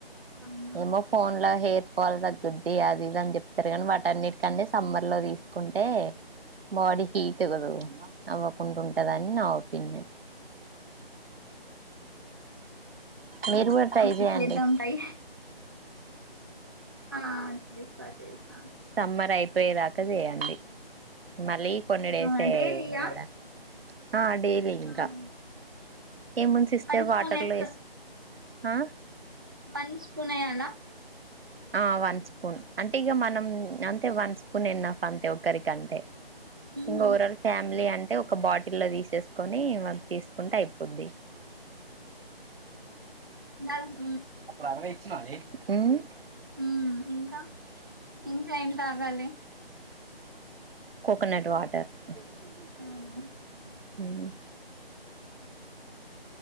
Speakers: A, on the right; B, on the right.
A: అవునా
B: ఏమో ఫోన్ల హేర్ కోవల్ కాద్ కూడి అది ఇదన్ అని చెప్తారు. గాని వాటాన్నిటికంటే సమ్మర్ లో తీసుకుంటే బాడీ హీట్ కదు నవ్వకుండా ఉంటదని నా ఒపీనియన్ మీరు కూడా ట్రై
A: ఓకే
B: చేయండి.
A: చేద్దాం ట్రై ఆ తీస్తా, తీస్తా.
B: సమ్మర్ అయిపోయే దాకా జేయండి. మళ్ళీ కొన్ని డేసే
A: ఆ డైలీయా
B: గాదా ఆ డైలీ ఇంకా
A: అవును
B: ఏ మున్ సిస్టర్
A: వన్ స్పూన్
B: వాటర్లేస్
A: వేస్తా
B: ఆ
A: వన్ స్ఫూనేయాలా
B: ఆ వన్ స్పూన్ అంటే ఇగా మనం అంతే వన్ స్పూన్ ఎన్నఫ అంతే ఒరికంటే
A: మ్మ్
B: ఇగోరోర్ ఫ్యామిలీ ఆన్ అ ఒక బాటిల్ లో తీసేస్తా కొని వాళ్ళు తీసుకుంటే అయిపోద్ది
A: నగు <unintelligible>
B: అప్పుడు అరవై <unintelligible>
A: మ్మ్ ఇంకా ఇంకా ఏం తాగాలే
B: కోకోనట్ వాటర్ <unintelligible>
A: అవునా